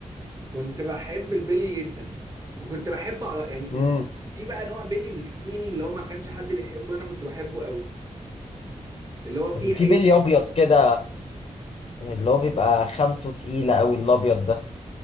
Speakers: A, on the right; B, on the left.
A: كنت بحب البيلي جدا وكنت بحب على يعني
B: امم
A: في بقى نوع بيلي الصيني اللي هو ما كانش حد بيحبه انا كنت بحبه قوي اللي هو فيه
B: في
A: عين
B: بيلي ابيض كده اللي هو بيبقى خامته تقيلة أوي الأبيض ده